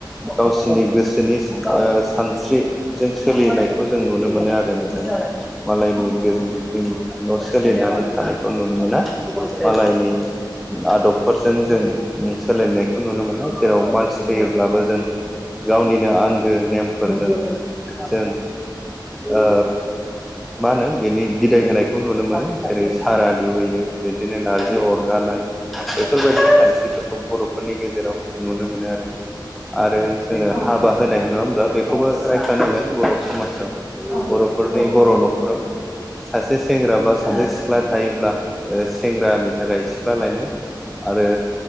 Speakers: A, in the centre; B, on the right.
A: गावसिनि गोसोनि ओ सानस्रि जों सोलिनायखौ जों नुनो मोनो आरो नोंथां मालायनि
B: औ नंगौ
A: गेजेर
B: नोंथां नंगौ
A: ज'सोलिनानै थानायखौ नुनो मोना मालायनि आदबफोरजों जों उम सोलायनायखौ नुनो मोना जेराव मानसि थैयोब्लाबो जों गावनिनो आंगो नेमफोरजों जों ओ मा होनो बेनि बिदाय होनायखौ नुनो मोनो। जेरै सारादुहैयो बिदिनो नारजि अरजानाय बेफोरबायदि खान्थिफोरखौ बर'फोरनि गेजेराव नुनो मोनो आरो आरो जोङो
B: औ
A: हाबा
B: नोंथां
A: होनाय नङा होमब्ला बेखौबो रायखाानांगोन बर' समाजाव।
B: औ
A: नफोरनि
B: औ
A: बर'
B: औ
A: न'खराव सासे सेंग्रा बा सासे सिख्ला थायोब्ला सेंग्रानि थाखाय सिख्ला लायनाय आरो